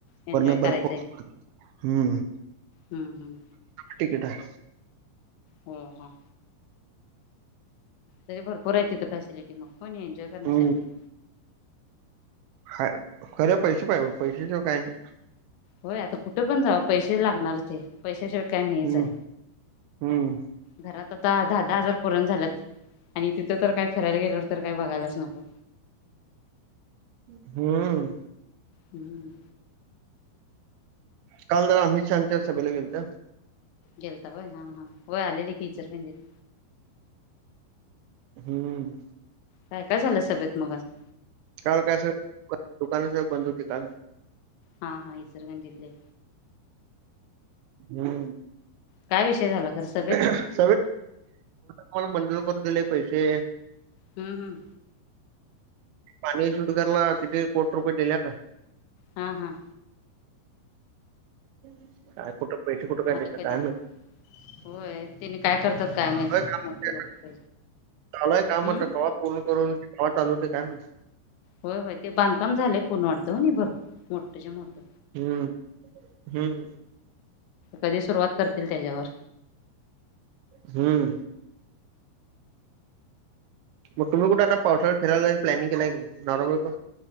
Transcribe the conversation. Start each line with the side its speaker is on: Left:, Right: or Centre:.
Left: एन्जॉय
Right: वरनं बर्फ
Left: करायचा आहे
Right: हम्म.
Left: हम्म हम्म.
Right: तिकीट हाय.
Left: होय हा. तरी भरपूर आहे तिथ फॅसिलिटी. पण एन्जॉय करण्यासाठी
Right: हम्म
Left: हाईत.
Right: हाय खरं पैसे पाहिजे बघ पैसे शिवाय काय नाही.
Left: होय आता कुठ पण जावा पैसे लागणारच हाइत पैसे शिवाय -- काय नाहीयच
Right: हम्म
Left: हाय.
Right: हम्म
Left: घरात आता दहा दहा हजार पुरणा झाल्यात. आणि तिथं तर काय फिरायला गेल्यावर तर काय बघायलाच नको.
Right: हम्म.
Left: हम्म.
Right: काल जरा अमित शहाच्या सभेला गेलत.
Left: गेलता होय? हा, हा. होय. आलेले की इचलकरंजीत.
Right: हम्म.
Left: काय काय झालं सभेत मग असं?
Right: काल काय अस <inaudible> दुकान सगळी बंद होती काल.
Left: हां हां इचलकरंजीतले.
Right: हूं
Left: काय विषय झाला खरं सभेत
Right: <unintelligible> कोण मंजूर करून दिलय पैसे?
Left: हूं हूं.
Right: पाणी शुद्ध करायला किती कोट रुपये दिल्यात?
Left: हां हां
Right: काय कुठं पैसे कुठं काय देत्यात
Left: आता कधी
Right: काय माहित?
Left: होय त्याने काय करतात माहित
Right: काय कामात
Left: मोठे
Right: <unintelligible>
Left: लोक
Right: चालुय काम
Left: हम्म
Right: आता कवा पूर्ण करून कवा चालू. काय माहित?
Left: व्हय व्हय ते बांधकाम झालय पूर्ण वाटत व्हय नी मोठच्या मोठ.
Right: हम्म हम्म
Left: कधी सुरुवात करत त्येजावर.
Right: हूं. मग तुम्ही कुठ आता पावसाळ्यात फिरायला जायचं प्लॅनिंग केलाय की नाय नवरा बायको?